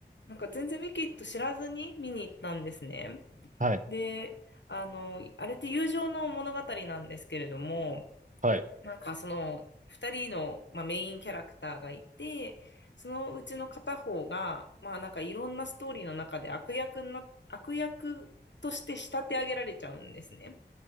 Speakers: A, on the left; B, on the right.
A: なんか全然ウィキッド知らずに見に行ったんですね。
B: はい。
A: で、あの、あれって友情の物語なんですけれども、
B: はい。
A: なんかその2人の、まあ、メインキャラクターがいて、そのうちの片方が、まあなんかいろんなストーリーの中で悪役にな、悪役として仕立て上げられちゃうんですね。